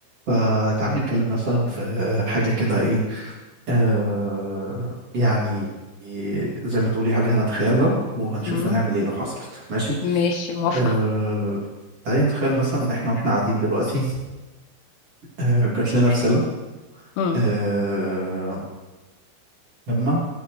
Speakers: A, on the right; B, on the left.
A: فتعالي نتكلم مثلا في حاجة كده إيه آه يعني زي ما تقولي حاجة هنتخيلها وهنشوف
B: مم.
A: هنعمل إيه لو حصلت ماشي
B: ماشي موافقة
A: آه تعالي نتخيل مثلا إن إحنا وإحنا قاعدين دلوقتي آه جات لنا رسالة
B: مم.
A: آه لما